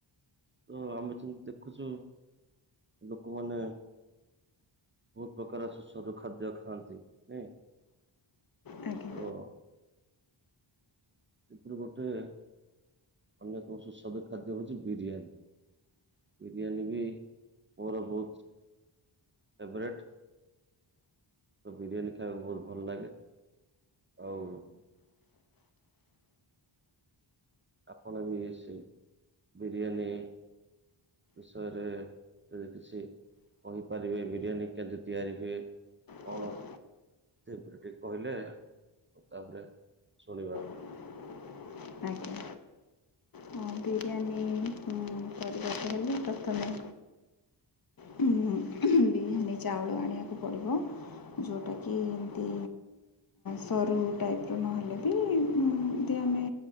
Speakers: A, on the right; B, on the left.
A: ତ ଆମେ ଯେମିତି ଦେଖୁଚୁ ଲୋକମାନେ ବହୁତ ପ୍ରକାର ସୁସ୍ୱାଦୁ ଖାଦ୍ୟ ଖାଆନ୍ତି ନାଇଁ।
B: ଆଜ୍ଞା।
A: ତ ସେଥିରୁ ଗୋଟେ ଅନ୍ୟତମ ସୁସ୍ୱାଦୁ ଖାଦ୍ୟ ହଉଚି ବିରିୟାନୀ। ବିରିୟାନୀ ବି ମୋର ବହୁତ୍ ଫେଭରେଟ୍। ବିରିୟାନୀ ଖାଇବାକୁ ବହୁତ ଭଲ ଲାଗେ। ଆଉ ଆପଣ ବି ଏ ସେଇ ବିରିୟାନୀ ବିଷୟରେ ଯଦି କିଛି କହିପାରିବେ ବିରିୟାନୀ କେମିତି ତିଆରି ହୁଏ? କଣ
B: ହୁଁ।
A: <unintelligible> କହିଲେ <unintelligible> ଶୁଣିବା।
B: ଆଜ୍ଞା। ହଁ ବିରିୟାନୀ କରିବାକୁ ହେଲେ ପ୍ରଥମେ ବି ବିରିଆନୀ ଚାଉଳ ଆଣିବାକୁ ପଡ଼ିବ। ଯୋଉଟାକି ଏମତି ସରୁ ଟାଇପ୍ ର ନହେଲେ ବି ଉଁ ଏମତି ଆମେ